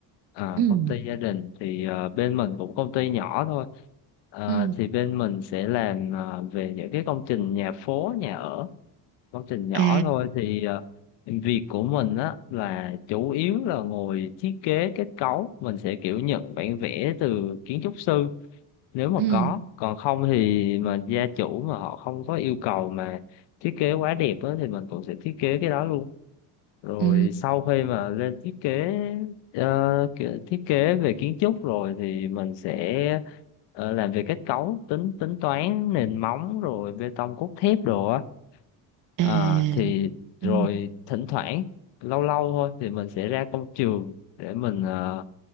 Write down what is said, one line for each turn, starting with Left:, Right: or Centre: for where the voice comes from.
Left: À,
Right: Ừ,
Left: công ty gia đình thì ờ, bên mình cũng công ty nhỏ thôi. Ờ,
Right: ừ,
Left: thì bên mình sẽ làm ờ, về những cái công trình nhà phố, nhà ở. công trình nhỏ
Right: à,
Left: thôi thì ờ, việc của mình á là chủ yếu là ngồi thiết kế kết cấu mình sẽ kiểu nhận bản vẽ từ kiến trúc sư nếu mà
Right: ừ,
Left: có còn không thì mà gia chủ mà họ không có yêu cầu mà thiết kế quá đẹp á thì mình cũng sẽ thiết kế cái đó luôn rồi
Right: ừ,
Left: sau khi mà lên thiết kế ờ, kiểu thiết kế về kiến trúc rồi thì mình sẽ ờ, làm về kết cấu tính tính toán nền móng rồi bê tông cốt thép đồ á à,
Right: à.
Left: thì rồi
Right: Ừ.
Left: thỉnh thoảng lâu lâu thôi thì mình sẽ ra công trường để mình ờ,